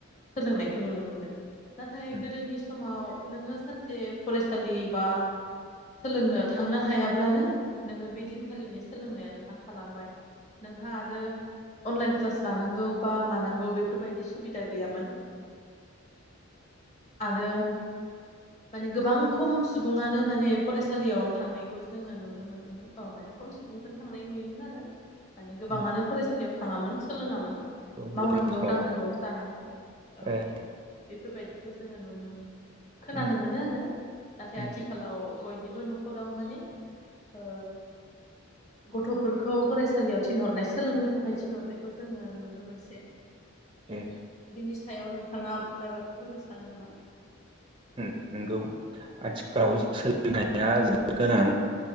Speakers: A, on the left (about 30°); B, on the right (about 25°).
A: सोलोंनायखौ नुनो मोनदों नाथाय
B: उम
A: गोदोनि समाव नोङो सानसे फरायसालि बा सोलोंनो थांनो हायाब्लानो नोङो बे दिनखालिनि सोलोंनाया नोंहा थालांबाय नोंहा आरो अनलाइन क्लास लानांगौ बा मानांगौ बेफोरबायदि सुबिदा गैयामोन आरो माने गोबां खम सुबुानो माने फरायसालियाव थांनायखौ जोङो नुनो मोनोमोन माने खम सुबुं बेनो थांनाय नुयोमोन आरो माने गोबाङानो
B: उम
A: फरायसालियाव थाङामोन सोलोङामोन
B: औ
A: मावनांगौ
B: गोदोनि समाव
A: दांनांगौ जानांगौ औ
B: ए
A: बेफोरबायदिखौ जोङो नुनो मोनो खोनानो
B: उम
A: मोनो आरो नाथाय
B: उम
A: आथिखालाव बय बेबो नं खराव माने ओ गथ'फोरखौ फरायसालियाव थिनहरनाय सोलोंनो थाखाय थिनहरनायखौ जोङो नुनो मोनसै
B: ए
A: बिनि सायाव नोंथाङा माइबाखौ बुंनो सानो नामा
B: ओम नंगौ गाव सोलिनाया जो गोनां